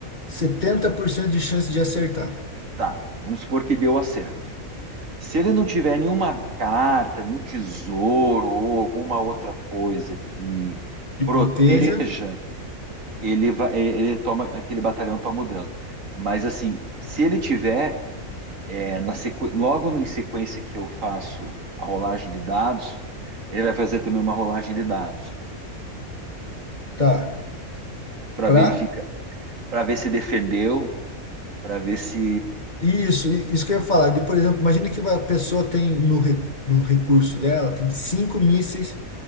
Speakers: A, on the left; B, on the right.
A: 70% de chance de acertar.
B: Tá. Vamos supor que deu acerto. Se ele não tiver nenhuma carta, nenhum tesouro ou alguma outra coisa que
A: E
B: proteja
A: proteja,
B: ele vai, ele ele toma, aquele batalhão toma o dano. Mas assim, se ele tiver, é, na sequ... logo em sequência que eu faço a rolagem de dados, ele vai fazer também uma rolagem de dados
A: tá?
B: para
A: Pra
B: verificar, para ver se defendeu, para ver se
A: Isso, i- isso que eu ia falar. De, por exemplo, imagina que vai- a pessoa tem no, recu- no recurso dela, tem cinco mísseis